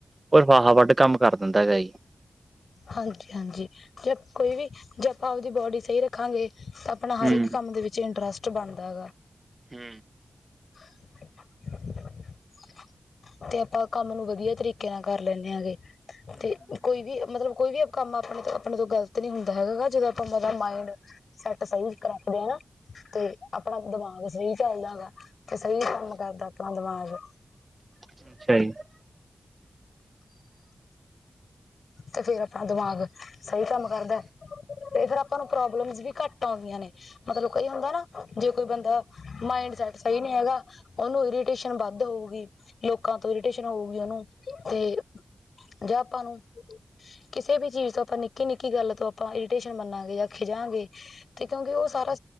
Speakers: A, on the right; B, on the left.
A: ਓ ਫਾਹਾ ਵੱਡ ਕੰਮ ਕਰ ਦਿੰਦਾ ਕਈ।
B: ਹਾਂਜੀ, ਹਾਂਜੀ, ਜੇ ਕੋਈ ਵੀ ਜੇ ਆਪਾਂ ਆਪਦੀ ਬੋਡੀ ਸਹੀ ਰੱਖਾਂਗੇ ਤਾਂ। ਆਪਣਾ
A: ਹੂੰ
B: ਹਰ ਇੱਕ ਕੰਮ ਦੇ ਵਿੱਚ ਇੰਟਰਸਟ ਬਣਦਾ ਹੈਗਾ।
A: ਹੂੰ।
B: <inaudible> ਤੇ ਆਪਾਂ ਕੰਮ ਨੂੰ ਵਧੀਆ ਤਰੀਕੇ ਨਾਲ ਕਰ ਲੈਂਦੇ ਆਂਗੇ ਤੇ ਕੋਈ ਵੀ ਮਤਲਬ ਕੋਈ ਵੀ ਕੰਮ ਆਪਣੇ ਤੋਂ ਆਪਣੇ ਤੋਂ ਗ਼ਲਤ ਨੀ ਹੁੰਦਾ ਹੈਗਾ ਜਦੋਂ ਆਪਾਂ ਦਾ ਮਾਇੰਡ ਸੈਟ ਸਹੀ ਰੱਖਦੇ ਹ ਨਾ। ਤੇ ਆਪਣਾ ਦਿਮਾਗ ਸਹੀ ਚੱਲਦਾ ਏਗਾ ਤੇ ਸਹੀ ਕੰਮ ਕਰਦਾ ਆਪਣਾ ਦਿਮਾਗ।
A: ਅੱਛਹੀ <inaudible>
B: ਤੇ ਫੇਰ ਆਪਣਾ ਦਿਮਾਗ ਸਹੀ ਕੰਮ ਕਰਦਾ। ਤੇ ਫੇਰ ਆਪਾਂ ਨੂੰ ਪ੍ਰੋਬਲਮਸ ਵੀ ਘੱਟ ਆਉਂਦੀਆਂ ਨੇ ਮਤਲਬ ਕਈ ਹੁੰਦਾ ਨਾ। ਜੇ ਕੋਈ ਬੰਦਾ ਮਾਇੰਡ ਸੈਟ ਸਹੀ ਨਹੀਂ ਹੈਗਾ ਉਹਨੂੰ ਇਰੀਟੇਸ਼ਨ ਵੱਧ ਹੋਊਗੀ। ਲੋਕਾਂ ਤੋਂ ਇਰੀਟੇਸ਼ਨ ਹੋਊਗੀ ਉਹਨੂੰ ਤੇ ਜਾਂ ਆਪਾਂ ਨੂੰ ਕਿਸੇ ਵੀ ਚੀਜ਼ ਤੋਂ ਆਪਾਂ ਨਿੱਕੀ-ਨਿੱਕੀ ਗੱਲ ਤੋਂ ਆਪਾਂ ਇਰੀਟੇਸ਼ਨ ਮੰਨਾਂਗੇ ਜਾਂ ਖਿਜਾਂਗੇ। ਤੇ ਕਿਉਂਕਿ ਉਹ ਸਾਰਾ